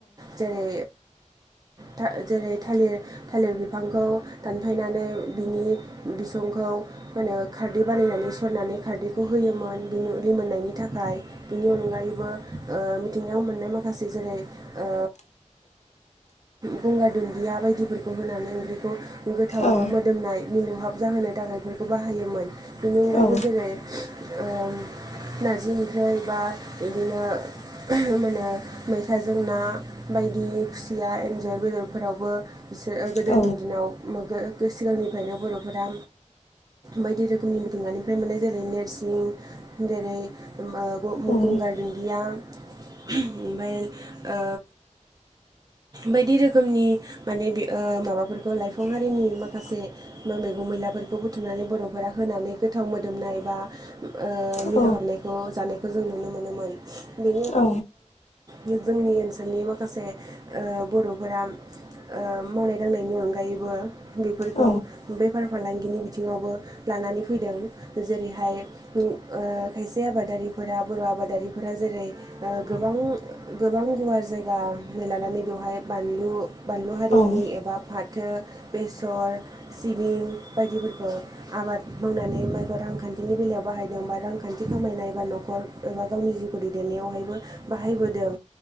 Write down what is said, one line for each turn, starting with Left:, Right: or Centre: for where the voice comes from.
Right: जेरै था जेरै थालिर थालिर बिफांखौ दान दानफायनानै बिनि बिसंखौ माहोनो खारदै बानायनानै स फोरनानै खारदैखौ होयोमोन बिनि लिमोननायनि थाखाय। बिनि अनगायैबो ओ मिथिंगायाव मोननाय माखासे जेरै ओ गंगार दुन्दिया बायदिफोरखौ होनानै ओंख्रिखौ गोथाव एबा
Left: औ
Right: मोदोमनाय मिलौहाब जाहोनो थाखाय बेफोरखौ बाहायोमोन बेनि अनगायैबो
Left: औ
Right: जेरै <unintelligible> ओम नारजि ओंख्रि बा बिदिनो <unintelligible> माहोनो मैथाजों ना बायदि खुसिया एन्जर बेदरफोरावबो बिसोरो गोदोनि
Left: औ
Right: दिनाव <unintelligible> सिगांनिफ्रायनो बर'फोरा बायदि रोखोमनि मिथिंगानिफ्राय मोननाय जेरै नोरसिं जेरै ओ
Left: औ
Right: गंगार दुनदिया <unintelligible> ओम्फाय ओ बायदि रोखोमनि माने बि ओ माबाफोरखौ लाइफांआरि
Left: <inaudible>
Right: माखासे मैगं मैलाफोरखौ बुथुमनानै बर'फोरा होनानै गोथाव मोदोमनाय बा ओ मिलौहाबनायखौ
Left: औ
Right: जानायखौ जों नुनो मोनोमोन बे
Left: औ
Right: जोंनि ओनसोलनि माखासे ओ बर'फोरा ओ मावनाय दांनायनि अनगायैबो बेफोरखौ
Left: औ
Right: बेफ बेफार फालांगिनि बिथिङावबो लानानै फैदों जेरैहाय उम ओ खायसे आबादा आबादारिफोरा बर' आबादारिफोरा जेरै ओ गोबां गोबां गुवार जायगा लानानै नै बेवहाय बानलु बानलु हारिनि
Left: औ
Right: एबा फाथो, बेसर, सिबिं बायदिफोर आबाद मावनानै माइ रांखान्थिनि बेलायाव बाहायदों बा रांखान्थि खामायनाय एबा न'खर एबा गावनि जिउखौ दैदेननायावहायबो बाहायबोदों।